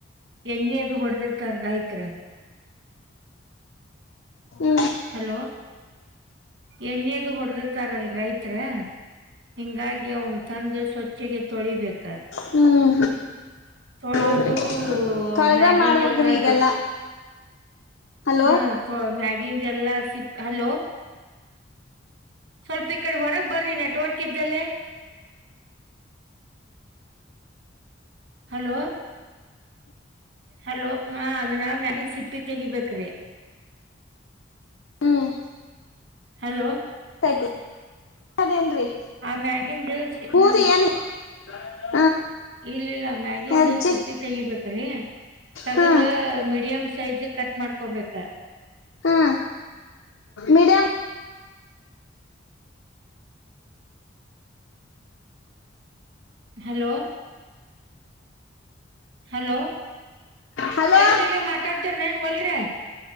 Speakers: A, on the right; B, on the left.
A: ಎಣ್ಣೆದು ಹೊಡದಿರ್ತಾರ ರೈತ್ರ
B: ಹ್ಮ
A: ಹಲೋ ಎಣೇದು ಹೊಡಗಿರ್ತಾರಲ್ ರೈತ್ರರ ಹಿಂಗಾಗಿ ಅವನು ತಂದು ಸ್ವಚ್ಛೆಗೆ ತೊಳಿಬೇಕ
B: ಹ್ಮ್ ಹ್ಮ್
A: ತೊಳೋದು
B: ಹೌದ್ರಿ ತೊಳ್ದ
A: ಮ್ಯಾಗಿಗೆ
B: ಮಾಡ್ಬೇಕ್ರಿ
A: ಎಲ್ಲಾ
B: ಈಗೆಲ್ಲಾ ಹಲೋ
A: ಹ್ಮ ಮ್ಯಾಗಿನ್ ಎಲ್ಲಾ ಸಿ ಹಲೋ ಸ್ವಲ್ಪ ಈ ಕಡೆ ಹೊರಗ್ ಬರ್ರಿ ನೆಟ್ವರ್ಕ್ ಇದ್ದಲ್ಲೇ ಹಲೋ ಹಲೋ ಹಾ ಅದನ್ನ ಮ್ಯಾಗಿ ಸಿಪ್ಪಿ ತೆಗಿಬೇಕ್ರಿ
B: ಹ್ಮ್
A: ಹಲೋ
B: ತೈತಿ ಅದೇನ್ರಿ
A: ಆಮ್ಯಾಗಿನ್ ದಸ
B: ಪೂರಿ
A: ಹ
B: <unintelligible>
A: ಇಲ್ಲ ಇಲ್ಲ ಮ್ಯಾಗಿನ್
B: ಹೆಜ್ಜಿ
A: ಸಿಪ್ಪಿ ತಗಿಬೇಕ್ರಿ ತಗದ
B: ಹಾ
A: ಮೀಡಿಯಂ ಸೈಜ್ ಕಟ್ ಮಾಡ್ಕೊಬೇಕ
B: ಹಾ ಮೀಡಿಯಂ
A: ಹಲೋ ಹಲೋ
B: ಹಲೋ
A: ಚಂದಗೆ ಮಾತಾಡ್ತಿರ್ ಏನ್ ಒಲ್ರಿ